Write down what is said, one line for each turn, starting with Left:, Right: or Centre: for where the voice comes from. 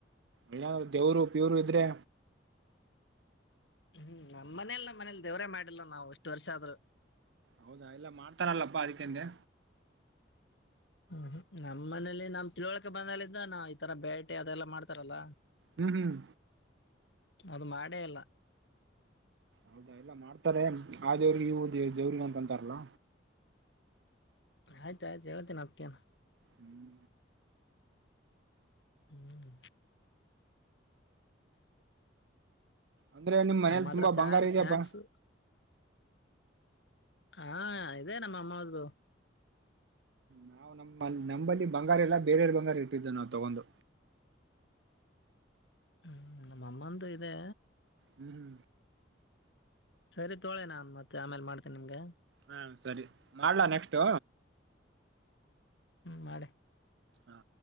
Right: ಇಲ್ಲ ದೇವ್ರು ಪಿಯವರು ಇದ್ರೆ
Left: ಹ್ಮ್ ನಮ್ಮ್ನೇಲ್ಲ ನ ಮನೇಲಿ ದೇವರೇ ಮಾಡಿಲ್ಲ ನಾವು ಎಷ್ಟು ವರ್ಷ ಆದ್ರರು
Right: ಹೌದಾ ಎಲ್ಲ ಮಾಡ್ತಾರಲ್ಲಪ್ಪಾ ಅದಕ್ಕೆಂದೆ
Left: ಹ್ಮ್್ಮ್ ನಮಮ್ಮ ಮನೇಲಿ ನಮ್ ತಿಳುವಳಿಕೆ ಬಂದಲಿಂದ ನಾವ್ ಈ ತರ ಬೇಟೆ ಅದೆಲ್ಲಾ ಮಾಡ್ತಾರಲ್ಲಾ
Right: ಹ್ಮ್ ಹ್ಮ್
Left: ಅದು್ ಮಾಡೇ ಅಲ್ಲ
Right: ಹೌದಾ ಎಲ್ಲ ಮಾಡ್ತಾರೆ ಆ ದೇವ್ರಿಗೆ ಇವು ದ ದೇವ್ರಿಗೆ ಅಂತ ಅಂತಾರಲ್ಲ
Left: ಆಯ್ತಾಯಯ್ು ಹೇತನ ಅದ್ೇನ
Right: ಹ್ಮ್
Left: ಹ್ಮ್
Right: ಅಂದ್ರೆ ನಿಮ್ ಮನೇಲಿ
Left: ನಮ್ಮ ಹತ್ರ
Right: ತುಂಬಾ
Left: ಸ
Right: ಬಂಗಾರ
Left: ಸ್ನಾಯಕ್ಸ್
Right: ಇದೆಯಪ್ಪಾ
Left: ಹಾ ಇದೆ ನಮ್ಮ ಅಮ್ಮ ಅವ್ರ್ದು
Right: ನಾವು ನಮ್ಮ ನಂಬಲ್ಲಿ ಬಂಗಾರ ಎಲ್ಲ ಬೇರೆರೆ ಬಂಗಾರ ಇಟ್ಟಿದ್ದು ನಾವವು ತಗೊಂಡು
Left: ಹ್ಮ್ ನಮ್ಮ ಅಮ್ಮಂತೂ ಇದೆ
Right: ಹ್ಮ್್ಮ
Left: ಸರಿ ತೊಳೆ ನನ್ ಮತ್ತೆ ಆಮೇಲೆ ಮಾಡ್ತೇನೆಿ ನಿಮ್ಗೆ
Right: ಹಾ ಸರಿ ಮಾಡ್ಲಾ ನೆಕ್ಸ್ಟ್ು
Left: ಹ್ಮ್ ಮಾಡೆ
Right: ಹಾ